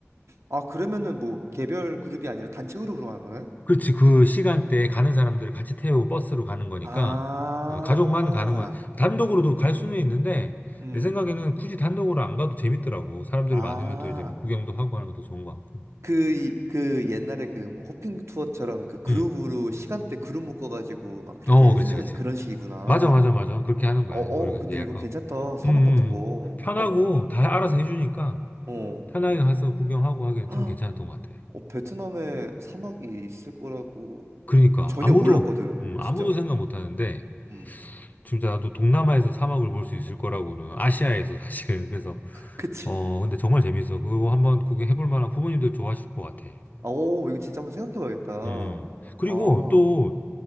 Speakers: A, on the right; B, on the left.
A: 아, 그러면은 뭐 개별 그룹이 아니라 단체 그룹으로 하는 거나요?
B: 그렇지, 그 시간대에 가는 사람들을 같이 태우고 버스로 가는 거니까,
A: 아,
B: 어, 가족만 가는 건, 단독으로도 갈 수는 있는데,
A: 음.
B: 내 생각에는 굳이 단독으로 안 가도 재밌더라고. 사람들이
A: 아.
B: 많으면 또 이제 뭐 구경도 하고 하는 것도 좋은 것 같고.
A: 그, 이- 그 옛날에 그 뭐 호핑 투어처럼 그 그룹으로
B: 음.
A: 시간대 그룹 묶어가지고 막 그렇게
B: 어,
A: 해주는
B: 그렇지, 그렇지.
A: 그런 식이구나.
B: 맞아, 맞아, 맞아. 그렇게 하는 거야.
A: 어, 어,
B: 우리가
A: 근데
B: 예약하고.
A: 이거 괜찮다. 사막
B: 음, 음,
A: 같은 거.
B: 음. 편하고
A: 어,
B: 다 알아서 해주니까
A: 어.
B: 편하게 가서 구경하고 하기엔
A: <gasps> 헉,
B: 참 괜찮았던 것 같아.
A: 어, 베트남에 사막이 있을 거라고는
B: 그러니까
A: 전혀
B: 아무도
A: 몰랐거든,
B: 음, 아무도
A: 진짜.
B: 생각 못 하는데
A: 음.
B: 진짜 나도 동남아에서 사막을 볼 수 있을 거라고는 아시아에서 사실은 <laughs> 그래서
A: 그치.
B: 어 근데 정말 재밌어. 그거 한번 구경해 볼 만한 부모님도 좋아하실 것 같아.
A: 아, 오, 이거 진짜 한번 생각해 봐야겠다.
B: 음. 그리고
A: 아,
B: 또